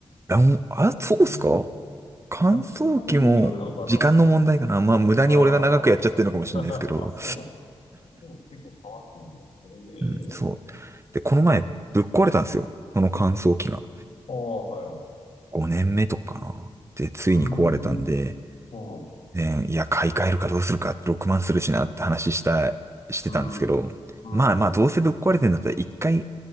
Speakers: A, on the right; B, on the left.
A: うんうん。あ、
B: そんなに、
A: あそうっすか乾燥機も時間の問題かな。
B: まあ時間によるのかな。
A: まあ、無駄に俺が長くやっちゃってるのかもしれないですけど。
B: あー <laughs> あ、そうなんですね。でも結構乾くんだ。へえ。
A: うん、そう。で、この前、ぶっ壊れたんですよ。この乾燥機が。
B: ああ、はいはい。
A: 5年目とかかな。で、ついに壊れたんで、
B: うーん。ほ
A: ね、いや、買い替えるかどうするか、6万するしなって話した、してたんですけど、
B: う。うーん。うー
A: まあまあ、どうせぶっ壊れてんだったら一回
B: ん。